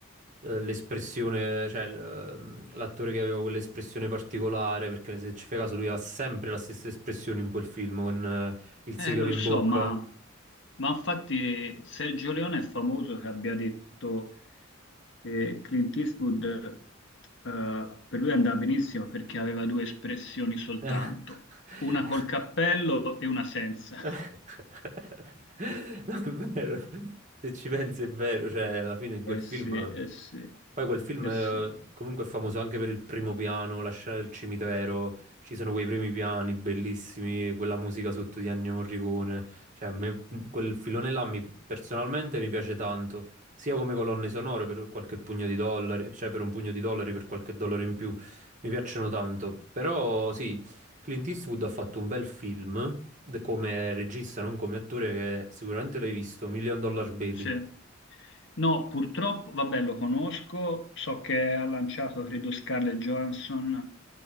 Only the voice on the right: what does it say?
eh, l'espressione, cioè l- mm, l'attore che aveva quell'espressione particolare, perché se ci fai caso lui ha sempre la stessa espressione in quel film, con eh, il sigaro
in
bocca.
<laughs>
<laughs> No, è vero. Se ci pensi è vero, cioè alla fine in quel
film
poi quel film
eh,
comunque è famoso anche per il primo piano, la scena del cimitero, ci sono quei primi piani bellissimi, quella musica sotto di Ennio Morricone, cioè a me quel filone là mi- personalmente mi piace tanto, sia come colonne sonore per qualche pugno di dollari, cioè per un pugno di dollari, per qualche dollaro in più, mi piacciono tanto, però sì, Clint Eastwood ha fatto un bel film, de- come regista, non come attore, che sicuramente l'hai visto, Million Dollar Baby,